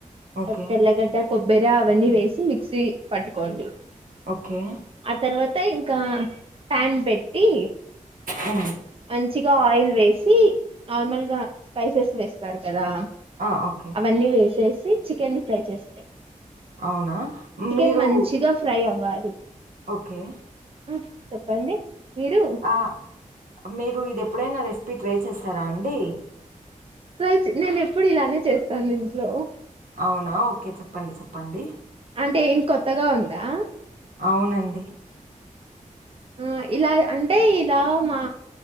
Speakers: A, on the right; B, on the right.
A: ఓకే.
B: ఆ తెల్లగడ్డ కొబ్బెరా అవన్నీ వేసి మిక్సీ పట్టుకోండి
A: ఓకే
B: ఆ తర్వాత ఇంకా ఫ్యాన్ పెట్టి
A: ఆ
B: మంచిగా ఆయిల్ వేసి నార్మల్గా స్పైసెస్ వేస్తారు కదా
A: ఆ ఓకే
B: అన్ని వేసేసి చికెన్ ని ఫ్రై చేసుకో
A: అవునా?
B: చికెన్
A: మీరు
B: మంచిగా ఫ్రై అవ్వాలి
A: ఓకే
B: ఉం చెప్పండి మీరు
A: ఆ మీరు ఇది ఎప్పుడైనా రెసిపీ ట్రై చేశారా అండి
B: రై నేను ఎప్పుడు ఇలానే చేస్తాను ఇంట్లో
A: అవునా ఓకే చెప్పండి చెప్పండి
B: అంటే ఏం కొత్తగా ఉందా
A: అవునండి
B: ఉం ఇలా అంటే ఇలా మా